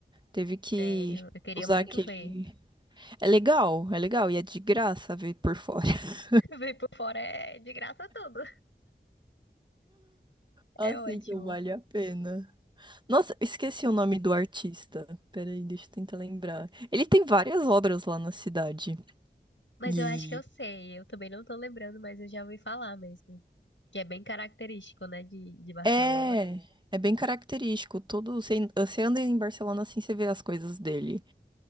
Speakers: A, on the right; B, on the left.
A: Teve que
B: Sério, eu queria
A: usar
B: muito
A: aquele.
B: ver.
A: É legal, é legal. E é de graça ver por fora. <laughs>
B: <laughs> Ver por fora é de graça tudo.
A: Assim,
B: É ótimo.
A: então vale a pena. Nossa, esqueci o nome do artista. Peraí, deixa eu tentar lembrar. Ele tem várias obras lá na cidade.
B: Mas
A: E
B: eu acho que eu sei, eu também não tô lembrando, mas eu já ouvi falar mesmo. Que é bem característico, né, de, de Barcelona.
A: é, é bem característico. Todo, você, você anda em Barcelona assim, você vê as coisas dele.